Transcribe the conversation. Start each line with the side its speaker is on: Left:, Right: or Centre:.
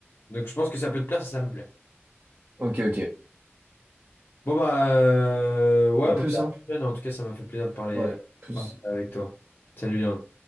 Left: donc je pense que ça peut te plaire si ça me plaît.
Right: Ok, ok.
Left: Bon bah euh, ouais
Right: À
Left: bah,
Right: plus,
Left: à la
Right: hein.
Left: prochaine. en tout cas ça m'a fait plaisir de parler,
Right: Ouais.
Left: euh,
Right: Plus.
Left: parler avec toi. Salut Léon.